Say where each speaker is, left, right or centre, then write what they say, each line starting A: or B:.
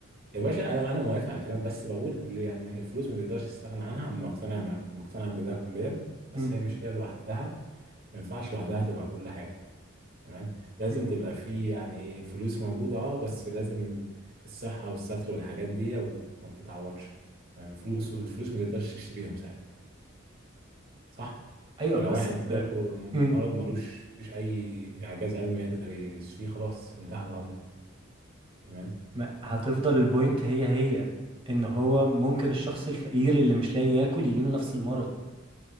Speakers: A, on the right (about 50°); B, on the right (about 30°).
A: يا باشا انا انا موافق على كلامك بس بقول ليه يعني الفلوس ما تقدرش تستغنى عنها مقتنع مع- مقتنع بده كليا بس
B: مم.
A: هي مش هي لوحدها ما ينفعش لوحدها تبقى كل حاجه تمام لازم
B: مم.
A: تبقى في يعني الفلوس موجوده اه بس لازم الصحه والستر والحاجات دي ما بتتعوضش يعني الفلوس الفلوس ما تقدرش تشتريهم ساعات صح
B: ايوه
A: يعني
B: بس
A: لو واحد جاله
B: مم.
A: مرض ملوش فيش اي اعجاز علمي يقدر يشفيه خلاص انتهى الامر تمام
B: ما هتفضل البوينت هي هي ان هو ممكن الشخص الفقير اللي مش لاقي ياكل يجيله نفس المرض